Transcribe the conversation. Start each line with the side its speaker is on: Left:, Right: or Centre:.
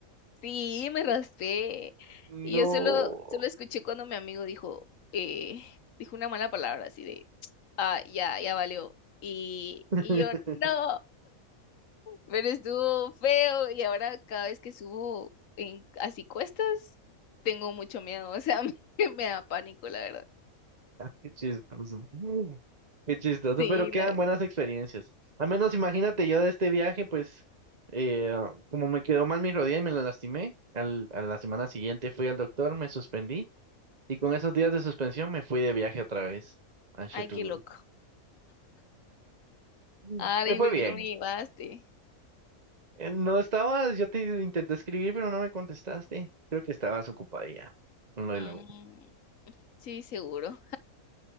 Left: Sí, me raspé
Right: No.
Left: y yo solo, solo escuché cuando mi amigo dijo, eh, dijo una mala palabra así de, ah, ya, ya valió. Y,
Right: <laughs>
Left: y yo, no, pero estuvo feo y ahora cada vez que subo en así cuestas, tengo mucho miedo, o sea, <laughs> me, me da pánico, la verdad.
Right: Qué chistoso. Qué chistoso,
Left: Sí,
Right: pero quedan
Left: la-
Right: buenas experiencias. Al menos imagínate yo de este viaje, pues eh, como me quedó mal mi rodilla y me la lastimé, al, a la semana siguiente fui al doctor, me suspendí y con esos días de suspensión me fui de viaje otra vez a Chetulul.
Left: Ay, qué loco.
Right: Mm.
Left: Ahora,
Right: Me
Left: ¿y
Right: fue
Left: por
Right: bien.
Left: qué no me llevaste?
Right: Eh, No estabas, yo te intenté escribir, pero no me contestaste. Creo que estabas ocupada ya con lo de
Left: Mm,
Right: la U.
Left: sí, seguro.